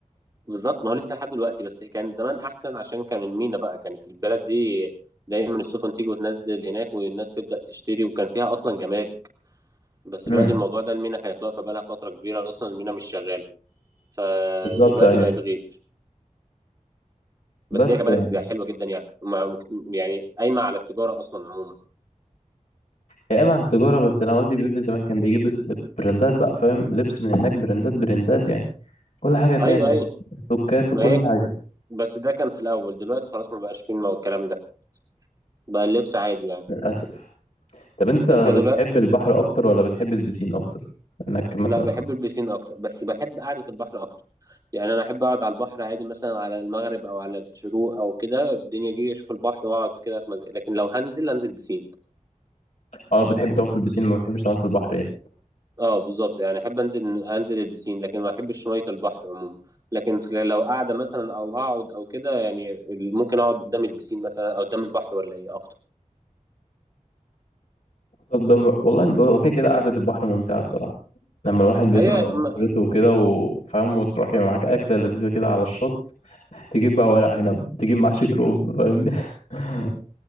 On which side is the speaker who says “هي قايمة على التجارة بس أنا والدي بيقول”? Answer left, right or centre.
Left